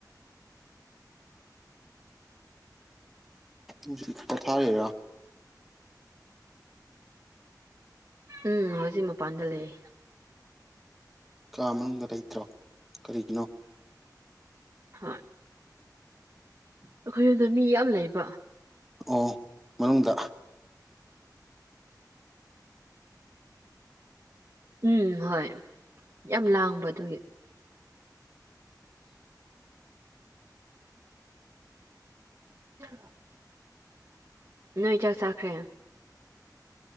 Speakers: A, in the centre; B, on the right.
A: ꯉꯁꯤ ꯈꯛꯇ ꯊꯥꯔꯤꯔꯥ
B: ꯎꯝ ꯍꯧꯖꯤꯛ ꯃꯄꯥꯟꯗ ꯂꯩꯌꯦ
A: ꯀꯥ ꯃꯅꯨꯡꯗ ꯂꯩꯇ꯭ꯔꯣ ꯀꯔꯤꯒꯤꯅꯣ
B: ꯍꯣꯏ ꯑꯩꯈꯣꯏ ꯌꯨꯝꯗ ꯃꯤ ꯌꯥꯝ ꯂꯩꯕ
A: ꯑꯣ ꯃꯅꯨꯡꯗꯥ
B: ꯎꯝ ꯍꯣꯏ ꯌꯥꯝ ꯂꯥꯡꯕ ꯑꯗꯨꯒꯤ ꯎ <inaudible> ꯅꯣꯏ ꯆꯥꯛ ꯆꯥꯈ꯭ꯔꯦ